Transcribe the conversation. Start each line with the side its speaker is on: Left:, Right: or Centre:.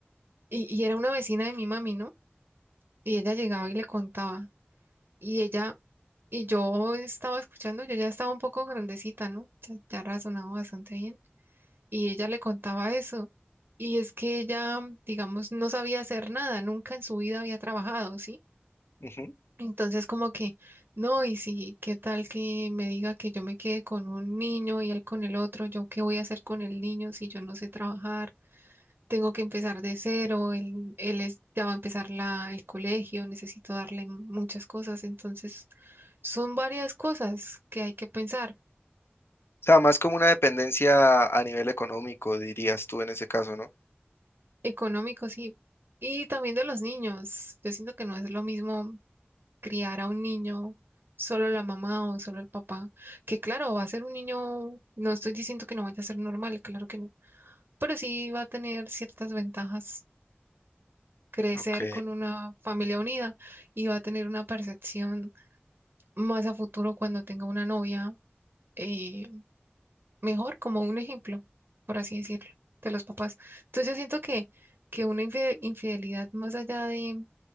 Right: y, y era una vecina de mi mami, ¿no? Y ella llegaba y le contaba. Y ella, y yo estaba escuchando, yo ya estaba un poco grandecita, ¿no? Ya, ya razonaba bastante bien. y ella le contaba eso. Y es que ella, digamos, no sabía hacer nada, nunca en su vida había trabajado, ¿sí?
Left: Ujú. O
Right: Entonces como que, no, y si, ¿qué tal que me diga que yo me quede con un niño y él con el otro? ¿Yo qué voy a hacer con el niño si yo no sé trabajar? Tengo que empezar de cero, él, él es- ya va a empezar la, el colegio, necesito darle muchas cosas, entonces son varias cosas que hay que pensar.
Left: sea, más como una dependencia a nivel económico, dirías tú en ese caso, ¿no?
Right: Económico, sí. Y también de los niños. Yo siento que no es lo mismo criar a un niño, solo la mamá o solo el papá, que claro, va a ser un niño, no estoy diciendo que no vaya a ser normal, claro que no, pero sí va a tener ciertas ventajas crecer
Left: Ok,
Right: con una familia unida y va a tener una percepción más a futuro cuando tenga una novia, eh, mejor como un ejemplo, por así decirlo, de los papás. Entonces yo siento que, que una infi- infidelidad más allá de